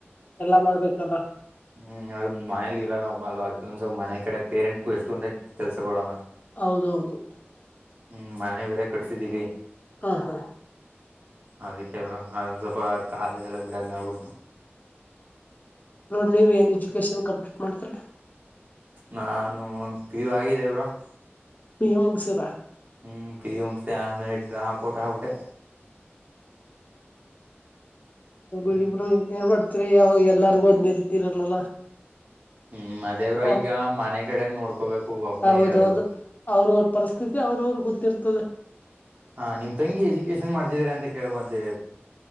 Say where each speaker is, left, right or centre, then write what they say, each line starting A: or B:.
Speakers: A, on the left; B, on the right.
A: ಎಲ್ಲಾ ಮಾಡ್ಬೇಕಲ್ಲ
B: ಹ್ಮ್ ಅದು ಮನೇಲಿ ಇರೋನ್ ಒಬ್ಬುನಲ್ಲ ಅದ್ ಸುಮ್ ಸುಮ್ ಮನೆ ಕಡೆ ಪೇರೆಂಟ್ಗು ಎಷ್ಟು ಅಂತ ಕೆಲ್ಸ ಕೊಡಣ.
A: ಹೌದು ಹೌದು
B: ಹ್ಮ್ ಮನೆ ಬೇರೆ ಕಟ್ಸಿದೀವಿ.
A: ಹಾ, ಹಾ,, -
B: ಅದಕ್ಕೆ ಬ್ರೋ ಅದ ಸ್ವಲ್ಪ ಕಾಲೇಜ್ ಎಲ್ಲ ಬಿಡದು ನಾವು.
A: ಅದು ನೀವ ಎನ್ ಎಜುಕೇಶನ್ ಕಂಪ್ಲೀಟ್ ಮಾಡಿದ್ರಿ. -
B: ನಾನು ಪಿ, ಯು ಆಗಿದೆ ಬ್ರೋ., -
A: ಪ ಎ ಮುಗಸರಾ <unintelligible>
B: ಹ್ಮ್, ಪಿ, ಯು ಆದಮೇಲೆಡ್ರಾಪೌಟಾಗಬಿಟ್ಟೆ. ಹ್ಮ್
A: ಇರ್ಲಿಬಿಡುಇನ್ನೇನ್ ಮಾಡ್ತೀರ ಯಾವ ಎಲ್ಲಾರ್ಗು ಒಂದೇ ರೀತಿಇರಲ್ಲಲ್ಲಾ.
B: ಹ್ಮ್ ಅದೇ ಬ್ರೋ
A: ಹ <inaudible>
B: ಈಗ ಮನೆ ಕಡೆ ನೋಡ್ಕೋಬೇಕು ಒಬ್ನೇ
A: ಹೌದೌದು,
B: ಇರೋದು
A: ಅವ್ರ ಅವರ ಪರಿಸ್ಥಿತಿ ಅವರು ಗೊತ್ತಿರ್ತದೆ.
B: ಹಾ, ನಿಮ್ ತಂಗಿ ಎಜುಕೇಶನ್ ಮಾಡ್ತಿದರೆ ಅಂತ ಕೇಳ್ಬಂದ.